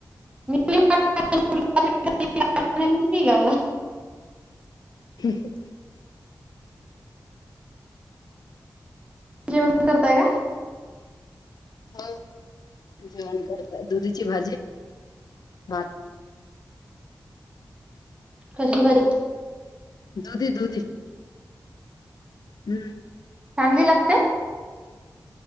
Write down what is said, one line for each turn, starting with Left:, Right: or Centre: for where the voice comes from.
Right: मी तुझी वाट <unintelligible> मी लावला.
Left: हम‌्.
Right: जेवण करताय का?
Left: होय, जेवण करतोय दुधीची भाजी, भात.
Right: कशी बाजी.
Left: दुधी दुधी. हम्म.
Right: चांगली लागते.